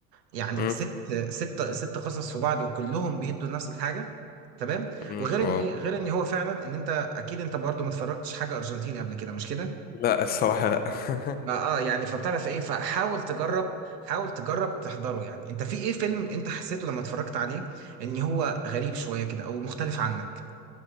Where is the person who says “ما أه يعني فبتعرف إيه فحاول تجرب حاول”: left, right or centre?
Right